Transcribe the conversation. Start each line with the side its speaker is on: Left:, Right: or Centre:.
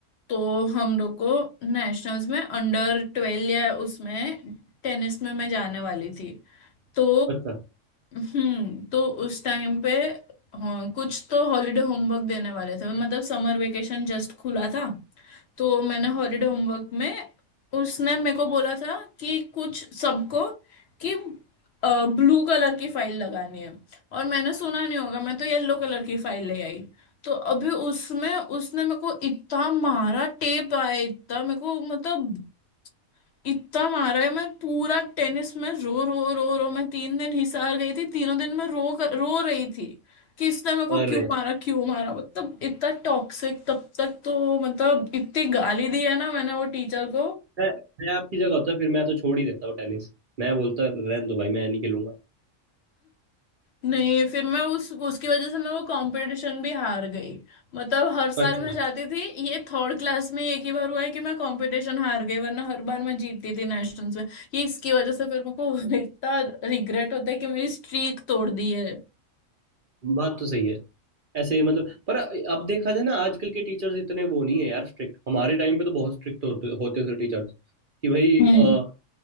Left: तो हम लोग को नेशनल्स में अंडर ट्वेल्व या उसमें टेनिस में मैं जाने वाली थी तो
Right: अच्छा
Left: हम्म तो उस टाइम पे हाँ, कुछ तो हॉलीडे होमवर्क देने वाले थे मतलब समर वेकेशन जस्ट खुला था तो मैंने हॉलीडे होमवर्क में उसने मेरे को बोला था कि कुछ सबको कि ब्लू कलर की फाइल लगानी है और मैंने सुना नहीं होगा मैं तो येलो कलर की फाइल ले आई तो अभी उसमें उसने मेरे को इतना मारा टेप आया इतना मेरे को मतलब इतना मारा है मैं पूरा टेनिस में रो रो रो रो मैं तीन दिन हिसार गई थी तीनों दिन मैं रो कर, रो रही थी कि इसने मेरे को
Right: अरे
Left: क्यों मारा क्यों मारा मतलब इतना टॉक्सिक तब तक तो मतलब इतनी गाली दी है ना मैंने वो टीचर को
Right: मैं मैं आपकी जगह होता फिर मैं तो छोड़ ही देता हूँ टेनिस मैं बोलता रहने दो भाई मैं नहीं खेलूंगा
Left: नहीं फिर मैं उस उसकी वजह से मैं वो कंपटीशन भी हार गई मतलब हर साल
Right: अच्छा
Left: मैं जाती थी ये थर्ड क्लास में एक ही बार हुआ है कि मैं कंपटीशन हार गई वरना हर बार मैं जीतती थी नेशनल्स में ये इसकी वजह से फिर मेरे को <laughs> इतना रिग्रेट होता है कि मेरी स्ट्रीक तोड़ दी है
Right: बात तो सही है ऐसे मतलब पर अब देखा जाए ना आजकल के टीचर्स इतने वो नहीं है यार स्ट्रिक्ट हमारे टाइम पे तो बहुत स्ट्रिक्ट होते होते थे टीचर्स कि भाई
Left: हम्म
Right: अ,